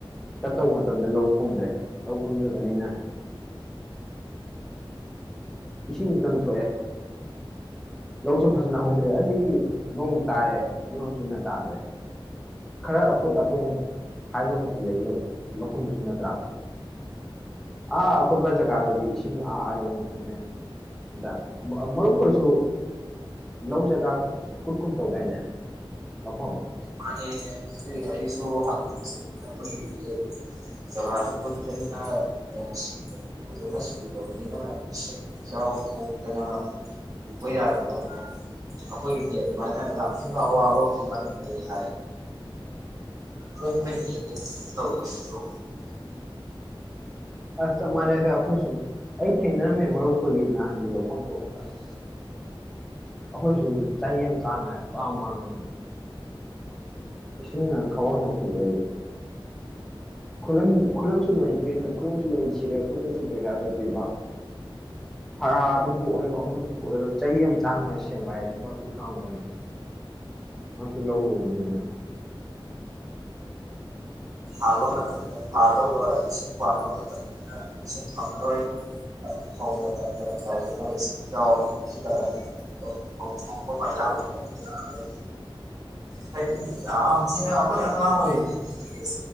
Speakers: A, in the centre; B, on the right.
A: ꯆꯠꯇꯧ ꯃꯇꯝꯗ ꯂꯧ ꯀꯨꯝꯗ꯭ꯔꯦ ꯂꯧ ꯀꯨꯝꯗ꯭ꯔꯕꯅꯤꯅ ꯏꯁꯤꯡ ꯏꯀꯪ ꯊꯣꯛꯑꯦ ꯂꯧꯁꯨ ꯐꯖꯟꯅ ꯍꯧꯗ꯭ꯔꯦ ꯑꯗꯒꯤ ꯅꯣꯡ ꯇꯥꯔꯦ ꯅꯤꯌꯣꯝ ꯆꯨꯝꯅ ꯇꯥꯗ꯭ꯔꯦ ꯈꯔ ꯑꯀꯨꯠ ꯑꯇꯣꯡ ꯍꯥꯏꯕꯃꯁꯨ ꯂꯩ ꯂꯧ ꯂꯧꯐꯝꯗꯨꯁꯨ ꯅꯠꯇ꯭ꯔꯥ ꯑꯥ ꯑꯀꯨꯠꯄ ꯖꯒꯥꯗꯗꯤ ꯏꯁꯤꯡ ꯑꯥ ꯌꯧꯅ ꯊꯨꯝꯃꯦ <unintelligible> ꯃꯔꯨꯞ ꯈꯣꯏꯁꯨ ꯂꯧ ꯖꯒꯥ ꯀꯨꯠꯀꯨꯝ ꯇꯨꯗꯥꯏꯅꯦ ꯂꯧꯐꯝ
B: ꯃꯥꯟꯅꯦ ꯀꯩꯅꯣꯍꯣꯢꯁꯨ ꯑꯩꯈꯣꯢꯒꯤꯁꯨ ꯖꯒꯥꯗꯣ ꯀꯨꯠꯄꯅꯤꯅ ꯅꯣꯡ ꯏꯁꯤꯡꯖꯨ ꯐꯖꯅ ꯖꯨꯗ꯭ꯔꯕꯅꯤꯅ ꯏꯁꯤꯡ ꯏꯆꯥꯎ ꯊꯣꯛꯇꯅ ꯎꯕ ꯌꯥꯗꯕ ꯃꯑꯣꯡ ꯑꯩꯈꯣꯢꯒꯤꯗꯤ ꯑꯗꯨꯃꯥꯢ ꯌꯥꯝ ꯊꯤꯅ ꯑꯋꯥꯕ ꯃꯥꯢꯌꯣꯛꯅꯔꯦ ꯍꯥꯏ ꯑꯩꯈꯣꯢ <unintelligible>
A: ꯑ ꯆꯞꯃꯥꯟꯅꯩꯗ ꯑꯩꯈꯣꯢꯁꯨ ꯑꯩ ꯊꯦꯡꯅꯔꯝꯃꯦ ꯃꯔꯨꯞꯈꯣꯢꯒꯤ ꯉꯍꯥꯟꯒꯤ ꯂꯧꯐꯝꯗꯣ ꯑꯁ ꯑꯩꯈꯣꯢꯁꯨ ꯆꯍꯤ ꯑꯃ ꯆꯥꯅꯉꯥꯢ ꯌꯥꯝ ꯋꯥꯟꯕꯅꯦ ꯏꯁꯤꯡꯅ ꯈ꯭ꯋꯥꯡ ꯌꯧꯁꯤꯜꯂꯦ ꯈꯨꯂꯪ ꯈꯨꯂꯪꯁꯨ ꯂꯣꯢ ꯄꯤꯔ ꯈꯨꯂꯪꯁꯨ ꯂꯣꯢ ꯊꯤꯔ ꯈꯨꯂꯪꯁꯨ ꯄꯩꯁꯥꯁꯨ ꯄꯤꯕ ꯍꯥꯔꯗꯕꯨ ꯑꯣꯢꯔꯣ ꯑꯃꯗꯕꯨ ꯑꯣꯢꯔꯣ ꯆꯍꯤ ꯑꯃ ꯆꯥꯅꯉꯥꯏ ꯁꯦꯝꯕ ꯍꯥꯢꯁꯤ ꯃꯔꯨꯞꯁꯨ ꯈꯪꯂꯝꯒꯅꯤ ꯃꯔꯨꯞꯁꯨ ꯂꯧ ꯎꯕꯅꯤꯅ
B: ꯐꯧ ꯊꯥꯕ ꯃꯇꯝ ꯊꯥꯗꯧꯕ ꯏꯁꯤꯡ ꯄꯥꯝꯕ ꯃꯇꯝꯗꯅ ꯏꯁꯤꯡ ꯐꯪꯉꯔꯣꯢ ꯐꯧ ꯃꯇꯝ ꯍꯦꯜꯂꯝꯗꯥꯢꯗꯅ ꯏꯁꯤꯡ ꯌꯥꯎꯔꯔꯣꯢ ꯐꯧ ꯂꯣꯛꯄ ꯌꯥꯕ ꯃꯇꯝꯗꯅ ꯑꯃꯨꯛ ꯍꯥꯗꯤ ꯌꯥꯝ ꯊꯤꯅ ꯑꯩꯈꯣꯢ ꯑꯉꯥꯡ ꯑꯣꯢꯔꯤꯉꯩꯗꯗꯤ